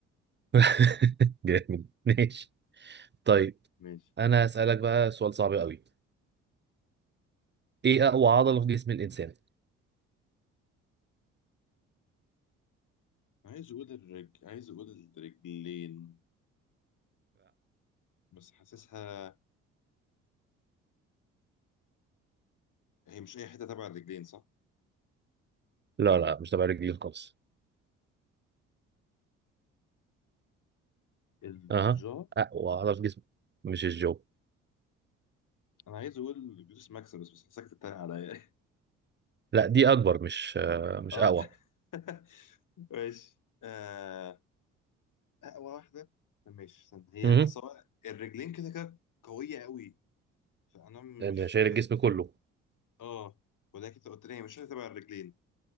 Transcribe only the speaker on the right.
<laughs> جامد ماشي طيب
انا هسألك بقى سؤال صعب قوي ايه اقوى عضلة في جسم الانسان
لا لا مش تبع رجلين خالص
اها اقوى عضله في جسمك مش الجو
لا دي اكبر مش آه،
مش
اقوى
اها
اللي شايل
الجسم كله